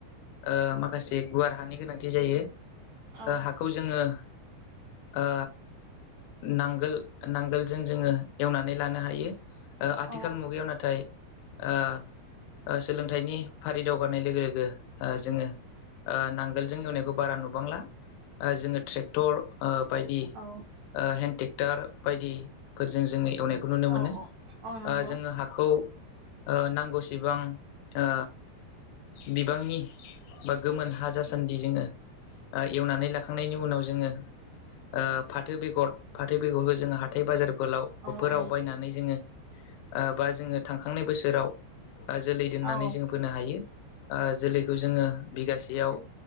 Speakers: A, on the left; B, on the right.
A: ओ माखासे गुवार हानि गोनांथि जायो।
B: औ
A: ओ हाखौ जोङो ओ नांगोल नांगोलजों जोङो एवनानै लानो हायो। ओ आथिखाल
B: औ
A: मुगायाव नाथाय ओ ओ सोलोंथाइनि फारि दावगानाय लोगो लोगो ओ जोङो ओ नांगोलजों एवनायखौ बारा नुबांला। ओ जोङो ट्रेक्टर ओ बायदि
B: औ
A: ओ हेन्द ट्रेक्टर बायदिफोरजों जोङो एवनायखौ नुनो मोनो।
B: औ
A: ओ
B: औ नंगौ
A: जोङो हाखौ ओ नांगौसेबां ओ बिबांनि बा गोमोन हा जासान्दि जोङो। ओ एवनानै लाखांनायनि उनाव जोङो। ओ फाथो बेगर फाथो बेगरखौ जोङो हाथाइ बाजार फोलाव
B: औ
A: फोराव
B: औ
A: बायनानै जोङो ओ बा जोङो थांखांनाय बोसोराव जोलै दोननानै
B: औ
A: जोंङो फोनो हायो जोलैखौ जोङो बिगासेयाव
B: औ